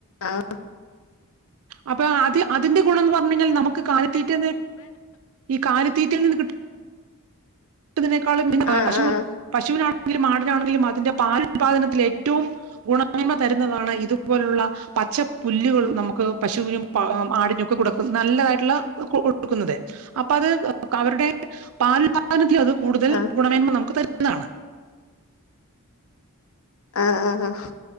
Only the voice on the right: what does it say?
അപ്പൊ അത് അതിന്റെ ഗുണംന്ന് പറഞ്ഞു കഴിഞ്ഞാൽ നമുക്ക് കാലിത്തീറ്റ കാലത്തീറ്റന്നെ കിട്ട തിനക്ക
പശു
പശുവിന ആ ആടിനാണെങ്കിലും അതിന്റെ പാല ഉല്പാദനത്തിൽ ഏറ്റവും ഗുണമ തരുന്നതാണ് ഇതുപോലുള്ള പച്ച പുുല്ലുകൾ നമുക്ക് പശുക്കനും ആടിനൊക്കെ കൊടുക്ക നല്ലതായിട്ടുള്ള കൊടുക്കുന്നത്േ അപ്പൊ അത് അവരുടെ പാൽ ാനത്തിൽ അത് കൂടുതൽ
ഗുണമേന്മ നമുക്ക് തരുന്നതാണ്